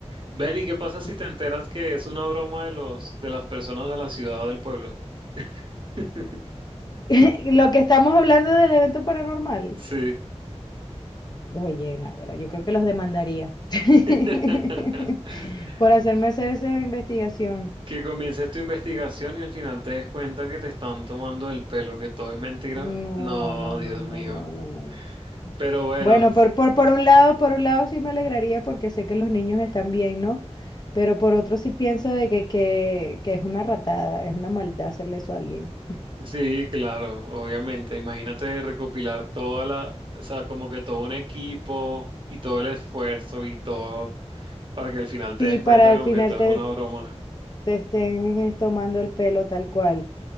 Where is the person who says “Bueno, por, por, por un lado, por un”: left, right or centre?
Left